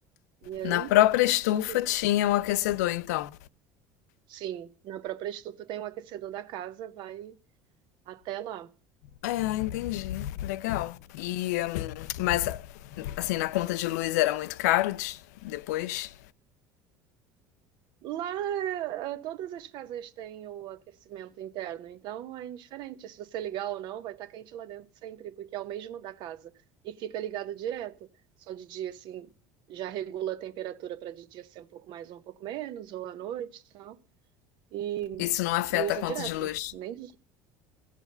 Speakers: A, on the right; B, on the left.
A: E aí,
B: Na própria estufa
A: eu digo,
B: tinha um aquecedor, então.
A: sim, na própria estufa tem um aquecedor da casa, vai Até lá.
B: Ah, entendi. Legal. E, hum,
A: Hum.
B: mas, assim, na conta de luz era muito caro de- depois?
A: Lá, eh, todas as casas têm o aquecimento interno, então é indiferente se você ligar ou não, vai estar quente lá dentro sempre, porque é o mesmo da casa. E fica ligado direto. Só de dia, assim, já regula a temperatura para de dia ser um pouco mais ou um pouco menos, ou à noite e tal. E,
B: Isso não afeta
A: e usa
B: a conta
A: direto.
B: de luz.
A: Nem